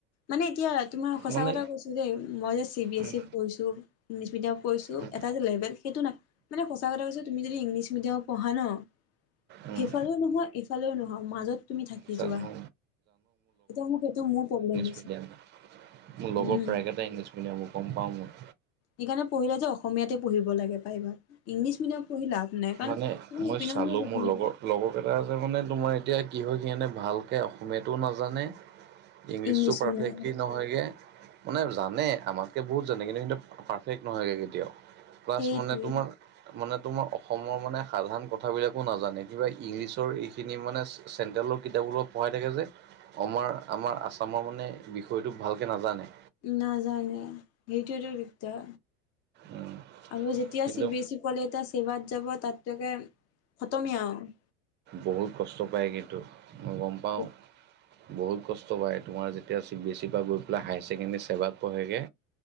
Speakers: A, on the left; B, on the right.
A: মানে এতিয়া তোমাৰ সঁচা
B: মানে
A: কথা কৈছো যে, মই যে C B S
B: um
A: E পঢ়িছোঁ। ইংলিছ মিডিয়াম পঢ়িছো
B: উম।
A: এটা যে লেভেল সেইটো না মানে সঁচা কথা কৈছ তুমি যদি ইংলিছ মিডিয়ামত পঢ়া ন'।
B: উম,
A: সেইফালেও নহয় এইফালেও নহয় মাজত তুমি থাকি
B: জানো
A: যোৱা। এতিয়া মোক ত' মোৰ প্ৰব্লেম হৈছে।
B: এতিয়া মোৰ লগৰ
A: উম
B: প্ৰায়কেইটাাই ইংলিছ মিডিয়ামৰ গম পাওঁ মই।
A: সেইকাৰণে পঢ়িলে যে অসমীয়াতে পঢ়িব লাগে প্ৰায় ইমান ইংলিছ মিডিয়াম পঢ়ি লাভ নাই কাৰণ,
B: মানে
A: তোমাৰ
B: মই
A: ইপিনেও
B: চালোঁ
A: নহয় সিপিনেও
B: মোৰ লগৰ
A: নহয়।
B: লগৰকেইটা আছে মানে তোমাৰ এতিয়া কি হয় সিহঁতে ভালকে অসমীয়াটো নাজানে ইংলিছটো
A: ইংলিছো
B: পাৰফেক্টলি
A: নাই
B: নহয়গে। মানে জানে আমাতকে বহুত জানে কিন্তু সেহন্তৰ পাৰফেক্ট নহয়গে কেতিয়াও। ক্লাছ
A: সেইটোৱে
B: মানে তোমাৰ মানে তোমা অসমৰ মানে সাধাৰণ কথাবিলাকো নাজানে কিবা ইংলিছৰ এইখিনি মানে চেণ্ট্ৰেলৰ কিতাপ অলপ পঢ়াই থাকে যে আমাৰ-আমাৰ আছামৰ মানে বিষয়টো ভালকৈ নাজানে।
A: নাজানে সেইটোৱেতো দিগদাৰ
B: উম
A: আৰু যেতিয়া
B: কিন্তু
A: চি বি এছ ই কলে এতিয়া চিবাত যাব তাতলৈকে খতমেই আৰু।
B: বহুত কষ্ট পায় কিন্তু মই গম পাওঁ।
A: <unintelligible>
B: বহুত কষ্ট পায় তোমাৰ যেতিয়া চিব বি এছ ই ৰ পৰা গৈ পেলাই হায়াৰ ছেকেণ্ডেৰী চেবাত পঢ়েগে।